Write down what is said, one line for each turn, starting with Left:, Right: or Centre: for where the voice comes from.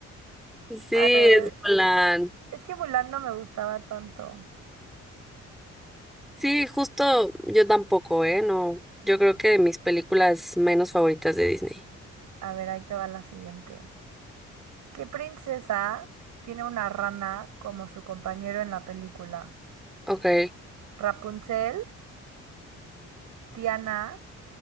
Centre: Sí,
Right: A ver,
Centre: es Mulan.
Right: es que Mulan no me gustaba tanto.
Centre: Sí, justo yo tampoco, ¿eh? No, yo creo que de mis películas menos favoritas de Disney.
Right: A ver, ahí te va la siguiente. ¿Qué princesa tiene una rana como su compañero en la película?
Centre: Ok.
Right: ¿Rapunzel, Tiana,